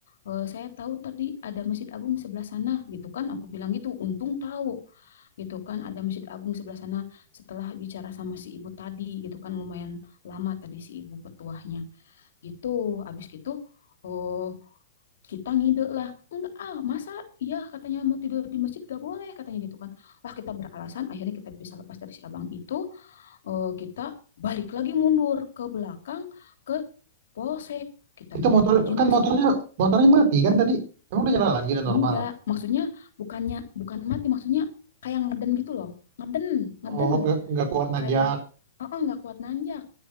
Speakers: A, on the left; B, on the right.
A: Eh, saya tahu tadi ada Masjid Agung sebelah sana gitu kan. Aku bilang gitu, untung tahu gitu kan ada Masjid Agung sebelah sana setelah bicara sama si ibu tadi gitu kan lumayan lama tadi si ibu petuahnya. Gitu. Habis gitu Oh, kita ngide lah enggak ah masa ya katanya mau tidur di masjid gak boleh katanya gitu kan ah kita beralasan akhirnya kita bisa lepas dari si abang itu eh, kita balik lagi mundur ke belakang ke polsek kita
B: Itu
A: minta
B: motor
A: izin
B: kan
A: ke
B: motornya
A: si ba-
B: motornya mati kan tadi. Emang udah jalan lagi udah
A: enggak
B: normal.
A: maksudnya bukannya bukan mati maksudnya kayak ngeden gitu loh ngeden ngeden
B: Oh, nggak nggak kuat nanjak.
A: kayak oh oh nggak kuat nanjak